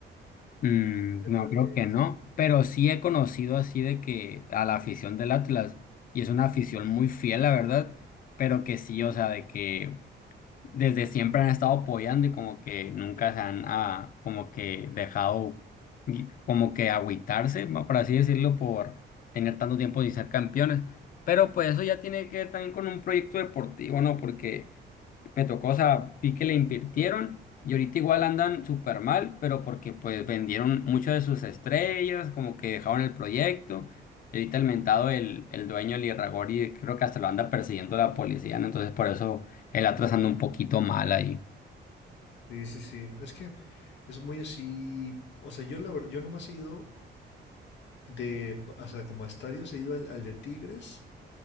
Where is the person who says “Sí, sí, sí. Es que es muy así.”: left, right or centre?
Left